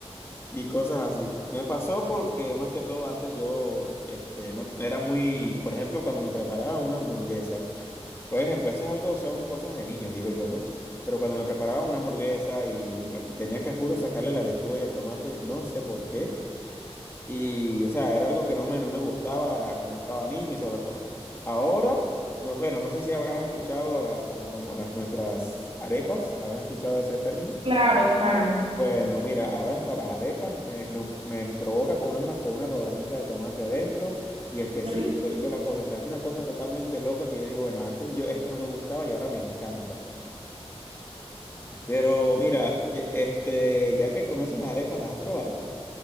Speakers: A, on the left; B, on the right.
A: y cosas así. Me pasó porque más que todo antes yo este, no, te- era muy, por ejemplo, cuando me preparaban una hamburguesa, por ejemplo, eso es algo, son cosas de niños, digo yo, ¿no? Pero cuando me preparaban una hamburguesa y la- tenía que, juro, sacarle la lechuga y el tomate, no sé por qué. Y, o sea, era algo que no me, no me gustaba cuando estaba niño y toda la cosa. Ahora, no, bueno, no sé si habrás escuchado hasta las famo- las, nuestras arepas, habrás escuchado ese término.
B: Claro, claro.
A: Bueno, mira, ahora hasta las arepas me, no, me provoca comérmelas con una rodajita de tomate adentro y el quesito
B: Qué rico.
A: y toda la cosa. O sea, es una cosa totalmente loca que yo digo, bueno, antes yo esto no me gustaba y ahora me encanta. Pero mira, ye- este, ya que conoces las arepas, ¿las has probado?